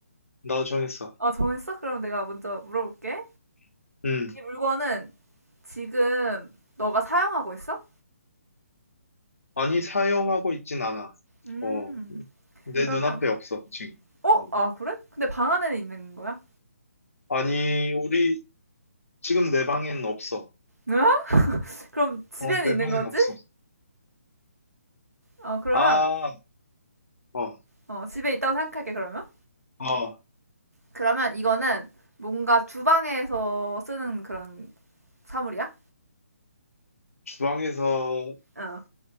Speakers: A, on the left; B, on the right.
A: 나도 정했어.
B: 아, 정했어? 그럼 내가 먼저 물어볼게.
A: 음,
B: 이 물건은 지금 너가 사용하고 있어?
A: 아니, 사용하고 있진 않아.
B: 음,
A: 어, 내
B: 그러면,
A: 눈앞에 없어, 지금.
B: 어?
A: 음.
B: 아, 그래? 근데 방 안에는 있는 거야?
A: 아니, 우리 지금 내 방에는 없어.
B: 응? 그럼 집에는
A: 어, 내
B: 있는
A: 방에는
B: 거지?
A: 없어.
B: 어, 그러면,
A: 아, 어,
B: 어, 집에 있다고 생각할게, 그러면.
A: 어,
B: 그러면 이거는 뭔가 주방에서 쓰는 그런 사물이야?
A: 주방에서
B: 어.